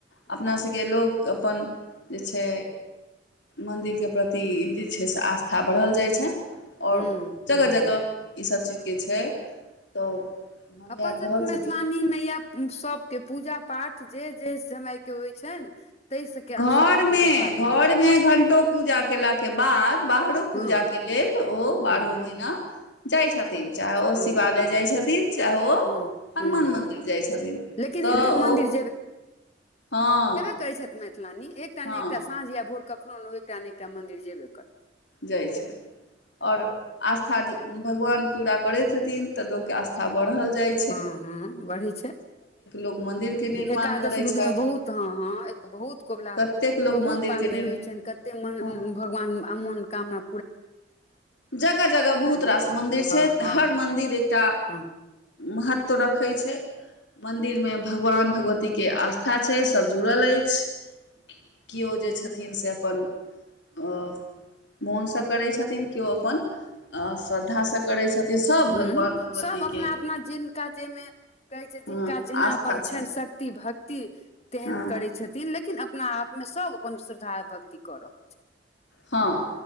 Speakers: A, on the left; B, on the left.
A: हँ
B: अपना सभके लोक अपन जे छै मन्दिरके प्रति जे छै से आस्था बढ़ल जाय छै आओर
A: हूँ
B: जगह जगह इसभ चीजके छै तऽ हम
A: अपनसभके
B: इएह कहब
A: मैथिलानीमे
B: जे
A: यए सभ के पूजा पाठ जे जे समय के होइ छनि ताहि सबके
B: घरमे
A: अनुसारे पूजा पाठ हँ
B: घरमे घंटो पूजा केलाके बाद बाहरो पूजा
A: हँ
B: के लेल ओ बारहो
A: हँ
B: महिना जाय छथि छथिन चाहे ओ
A: हूँ
B: शिवालय जाय छथिन चाहे ओ
A: हूँ
B: हनुमान
A: हूँ
B: मन्दिर जाय छथिन
A: लेकिन
B: तऽ
A: एकटा मन्दिर
B: ओ हँ
A: करैत छथि मैथिलानी एकटा ने
B: हँ
A: एकटा साँझ या भोर कखनो ने एकटा ने एकटा मन्दिर जेबे करी
B: जाइ छथि आओर आस्था भगवान पूरा करे हथिन तऽ लोक केँ आस्था बढ़ल जाय
A: हँ हँ बढ़ै छै
B: लोक मन्दिरके निर्माण
A: एकादश
B: करै
A: दूदमे
B: छथि
A: बहुत हँ हँ बहुत कौबला
B: कतेक लोक
A: बहुत
B: मन्दिरके
A: पाति
B: निर्माण
A: होइ छनि कते मन
B: हँ
A: भगवान मनोकामना
B: जगह जगह बहुत
A: मे
B: रास मन्दिर छै
A: हँ हँ
B: तऽ हर मन्दिर एकटा
A: हँ
B: महत्व रखै छै मन्दिरमे भगवान भगवतीके आस्था छै सभ जुड़ल अछि केओ जे छथिन सँ अपन अ मोनसँ करै छथिन केओ अपन श्रद्धासँ करै छथिन सभ
A: हूंम्म
B: भगवान भगवतीके
A: सभ अपना अपना जिनका जाहिमे कहै छै जिनका
B: हँ
A: जेना
B: आस्था
A: अपन छनि शक्ति भक्ति तेहन
B: हँ
A: करैत छथिन लेकिन अपना आपमे सभ अपन श्रद्धा भक्ति कऽ रहल छथि
B: हँ